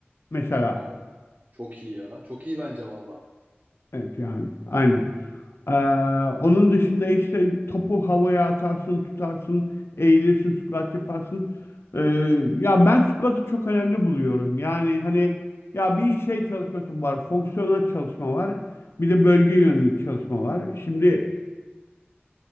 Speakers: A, on the left (about 70°); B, on the right (about 45°).
A: mesela.
B: Aa, çok iyi ya. Çok iyi bence valla.
A: Evet yani aynen. Ee, onun dışında işte topu havaya atarsın, tutarsın, eğilirsin, squat yaparsın. Ee, ya ben squat'ı çok önemli buluyorum. Yani hani ya bir şey çalışması var, fonksiyonel çalışma var. Bir de bölge yönelik çalışma var. Şimdi